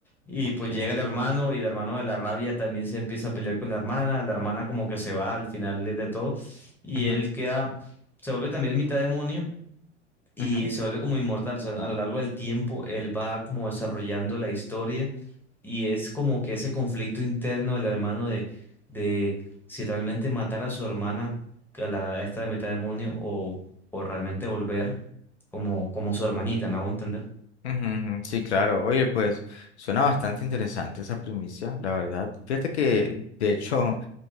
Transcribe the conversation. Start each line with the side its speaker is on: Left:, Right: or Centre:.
Centre: Y
Left: Ok.
Centre: pues llega el hermano y el hermano de la rabia también se empieza a pelear con la hermana, la hermana como que se va al final de, de todo y
Left: Ujú,
Centre: él queda, se vuelve también mitad demonio y
Left: ujú,
Centre: se vuelve como inmortal. O sea, a lo largo del tiempo él va como desarrollando la historia y es como que ese conflicto interno del hermano de, de si realmente matar a su hermana, a la, esta de mitad demonio o, o realmente volver como, como su hermanita, ¿me hago entender?
Left: ujú, ujú. Sí, claro. Oye, pues suena bastante interesante esa primicia, la verdad. Fíjate que, de hecho,